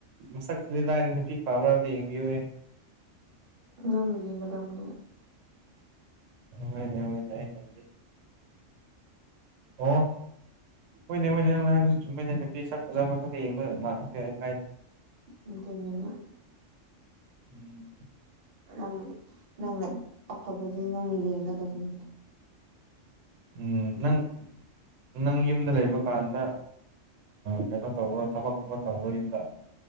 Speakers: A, on the right; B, on the right.
A: ꯃꯁꯛꯇꯨꯗꯤ ꯂꯥꯏꯔ ꯅꯨꯄꯤ ꯐꯥꯕ꯭ꯔꯥ ꯂꯡꯕꯤꯌꯨ
B: ꯅꯪ ꯌꯦꯒ ꯇꯝꯅꯤ
A: ꯍꯣꯏꯅꯦ ꯍꯅꯦ ꯑꯩ ꯅ ꯑꯣ ꯍꯣꯏꯅꯦ ꯍꯣꯏꯅꯦ ꯅꯪꯅꯥ ꯅꯨꯄꯤ ꯁꯛꯐꯖꯕ ꯌꯦꯡꯕ ꯂꯩꯌꯥ ꯀꯥꯏ
B: ꯑꯗꯨꯅꯤꯅ
A: ꯎꯝ
B: ꯅꯪ ꯅꯪꯅ ꯑꯐꯕꯗꯨꯗꯤ ꯅꯪꯅ ꯌꯦꯡꯒꯗꯕꯅꯤꯅ
A: ꯎꯝ ꯅꯪ ꯅꯪ ꯌꯨꯝꯗ ꯂꯩꯕ ꯀꯥꯟꯗ ꯀꯩꯅꯣ ꯇꯧꯈ꯭ꯔꯣ ꯊꯕꯛꯀꯨꯝꯕ ꯇꯧꯈꯔꯣ ꯌꯨꯝꯗ